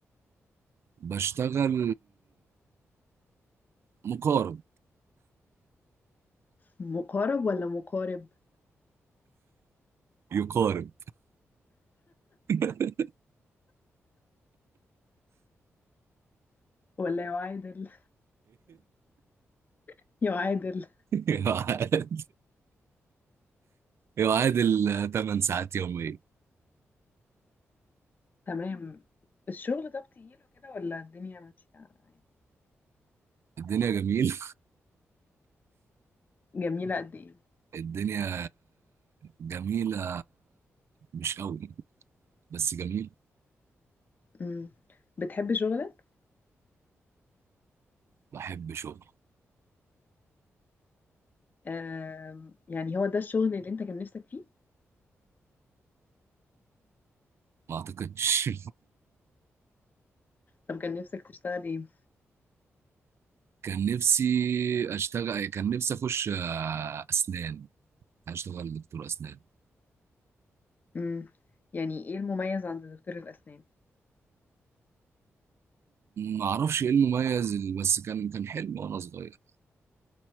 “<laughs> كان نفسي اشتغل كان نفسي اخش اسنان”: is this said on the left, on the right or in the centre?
Right